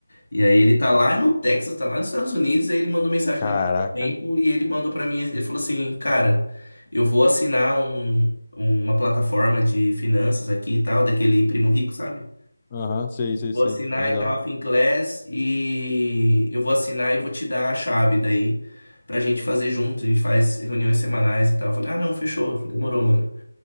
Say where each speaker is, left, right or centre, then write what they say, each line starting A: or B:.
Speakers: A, on the left; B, on the left.
A: E aí ele tá lá no Texas, tá lá nos Estados Unidos, aí ele mandou mensagem
B: Caraca.
A: pra mim há um tempo e ele mandou pra mim, ele falou assim, cara, eu vou assinar um, um, uma plataforma de finanças aqui e tal, daquele primo rico, sabe?
B: Aham, sei, sei,
A: Vou
B: sei.
A: assinar
B: É legal.
A: e tal, Finclass, e eu vou assinar e vou te dar a chave daí pra gente fazer junto, a gente faz reuniões semanais e tal. Eu falei, ah, não, fechou, demorou, mano.